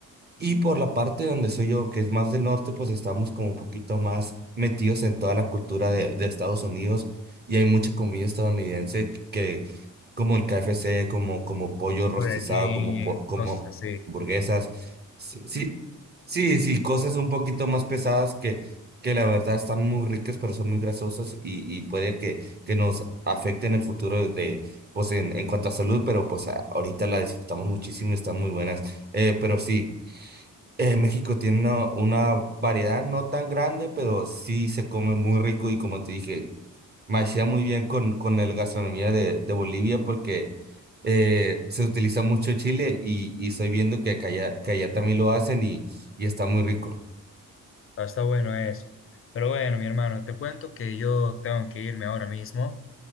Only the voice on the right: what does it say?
Y por la parte donde soy yo, que es más del norte, pues estamos como un poquito más metidos en toda la cultura de, de Estados Unidos y hay mucha comida estadounidense que, que- como el KFC, como, como pollo rostizado,
como, po-
como
hamburguesas, sí, sí, sí, sí, cosas un poquito más pesadas que, que la verdad están muy ricas, pero son muy grasosas y, y puede que, que nos afecten el futuro de, pues en, en cuanto a salud, pero pues a- ahorita la disfrutamos muchísimo y están muy buenas. Eh, pero sí. Eh, México tiene una, una variedad no tan grande, pero sí se come muy rico y como te dije, machea muy bien con, con la gastronomía de, de Bolivia porque eh, se utiliza mucho chile y, y estoy viendo que, que allá, que allá también lo hacen y, y está muy rico.